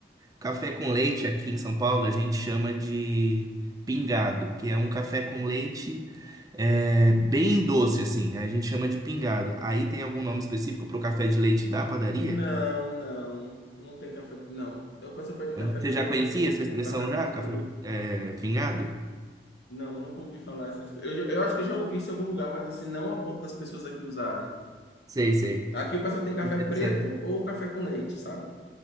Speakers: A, on the right; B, on the left.
A: Café com leite aqui em São Paulo a gente chama de pingado, que é um café com leite é, bem doce, assim. A gente chama de pingado. Aí tem algum nome específico para o café de leite da padaria?
B: Não, não. Não tem café. Não. O pessoal pede
A: Hã?
B: café
A: Você
B: com
A: já
B: leite
A: conhecia essa expressão
B: ou café puro.
A: já? Café é, pingado?
B: Não, nunca ouvi falar essas coisas. Eu, já- eu acho que eu já ouvi isso em algum lugar, mas assim, não a ponto das pessoas aqui usarem.
A: Sei, sei.
B: Aqui o pessoal tem café
A: Interessante.
B: preto ou café com leite, sabe?